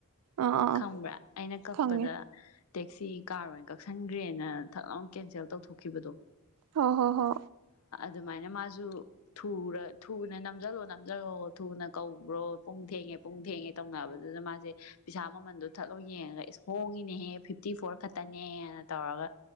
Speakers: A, on the right; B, on the left.
A: ꯑꯥ ꯑꯥ ꯑꯥ
B: ꯈꯪꯕ꯭ꯔꯥ ꯑꯩꯅ ꯀꯛꯄꯗ
A: ꯈꯪꯉꯦ
B: ꯇꯦꯛꯁꯤ ꯀꯥꯔ ꯑꯣꯏꯅ ꯀꯛꯁꯟꯈ꯭ꯔꯦꯅ ꯀꯦꯟꯁꯦꯜ ꯇꯧꯊꯣꯛꯈꯤꯕꯗꯣ
A: ꯍꯣ ꯍꯣ ꯍꯣ
B: ꯑꯗꯨꯃꯥꯏꯅ ꯃꯥꯁꯨ ꯊꯨꯅ ꯅꯝꯁꯤꯜꯂꯣ ꯅꯝꯁꯤꯜꯂꯣ ꯊꯨꯅ ꯀꯧ ꯕ꯭ꯔꯣ ꯄꯨꯡ ꯊꯦꯡꯉꯦ ꯄꯨꯡ ꯊꯦꯡꯉꯦ ꯇꯧꯅꯕꯗꯨꯗ ꯃꯥꯁꯦ ꯄꯩꯁꯥ ꯃꯃꯜꯗꯣ ꯊꯠꯂꯥꯎ ꯌꯦꯡꯉꯒ ꯏꯁ ꯍꯣꯡꯉꯤꯅꯦꯍꯦ ꯐꯤꯐꯇꯤ ꯐꯣꯔ ꯈꯛꯇꯅꯦꯅ ꯇꯧꯔꯒ